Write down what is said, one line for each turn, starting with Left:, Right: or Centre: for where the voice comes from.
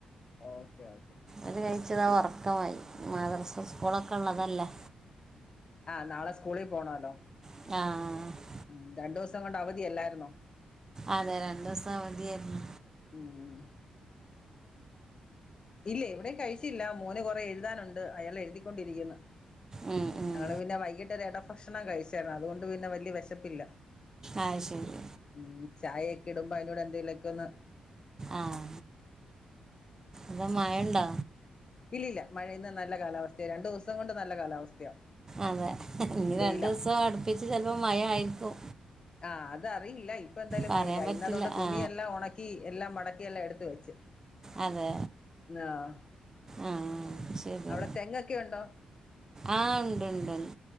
Left: ഓക്കെ ഓക്കെ
Right: ഒരു കഴിച്ചതാ ഉറക്കമായി മാദ്രസ സ്കൂളൊക്കെ ഉള്ളതല്ലേ
Left: ആഹ നാളെ സ്കൂളിൽ പോണല്ലോ
Right: ആഹ്
Left: ഉം രണ്ടു ദിവസം കൊണ്ട് അവധി അല്ലായിരുന്നോ
Right: അതെ രണ്ട് ദിവസം അവധിയാരുന്നു
Left: ഉം ഇല്ല ഇവിടെയും കഴിച്ചില്ല മോന് കുറെ എഴുതാനുണ്ട് അയാള് എഴുതിക്കൊണ്ടിരിക്കുന്നു
Right: ഉം, ഉം.
Left: ഇയാള് പിന്നെ വൈകിട്ട് ഒരു ഇടഭക്ഷണം കഴിച്ചിരുന്നു അതുകൊണ്ട് പിന്നെ വലിയ വിശപ്പില്ല
Right: ആഹ് ശരി
Left: ഉം ചായ ഒക്കെ ഇടുമ്പോൾ അതിൻ്റെ കൂടെ എന്തെങ്കിലുമൊക്കെ ഒന്ന്
Right: ആഹ് എന്താ മഴയുണ്ടോ
Left: ഇല്ലല്ലൊ മഴന്ന് നല്ല കാലാവസ്ഥയാ രണ്ടു ദിവസം കൊണ്ട് നല്ല കാലാവസ്ഥയാ
Right: അതെ ഇനി
Left: വെയിലാ
Right: രണ്ടു ദിവസം അടുപ്പിച്ച് ചിലപ്പോ മഴയിരിക്കും
Left: ആഹ് അതറിയില്ല ഇപ്പാ എന്തായാലും
Right: പറയാൻ
Left: വെയില
Right: പറ്റില്ല
Left: ഇന്ന് അത് കൊണ്ട് തുണിയെല്ലാം
Right: ആ
Left: ഉണക്കി എല്ലാം മടക്കിയെല്ലാം എടുത്ത വെച്ച്
Right: അതെ
Left: ആഹ്
Right: ആഹ് ശരി എന്നാ
Left: അവിടെ തെങ്ങൊക്കെ ഉണ്ടോ
Right: ആഹ് ഉണ്ടാണ്ട്